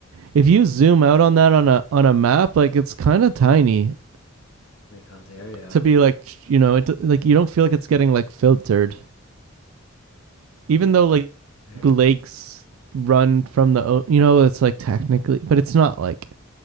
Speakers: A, on the right (about 75°); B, on the left (about 80°).
A: if you zoom out on that on a on a map, like it's kind of tiny
B: Lake Ontario.
A: to be like you know it like you don't feel like it's getting like filtered,
B: Lake
A: even though like
B: Ontario.
A: lakes run from the you know it's like technically, but it's not like